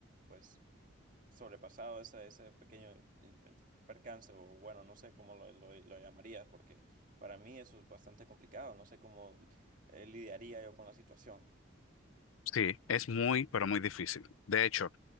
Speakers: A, on the right; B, on the left.
A: pues, sobrepasado ese, ese pequeño eh, eh, percance? O bueno, no sé cómo lo, lo- lo llamarías, porque para mí eso es bastante complicado. No sé cómo eh, lidiaría yo con la situación.
B: Sí, es muy, pero muy difícil. De hecho,